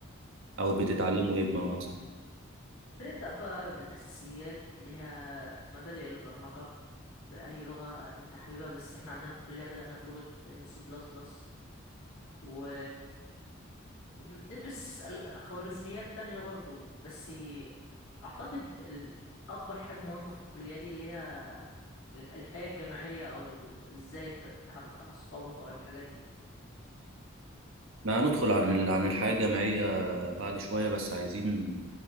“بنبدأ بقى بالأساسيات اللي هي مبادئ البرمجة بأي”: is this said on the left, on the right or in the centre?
Left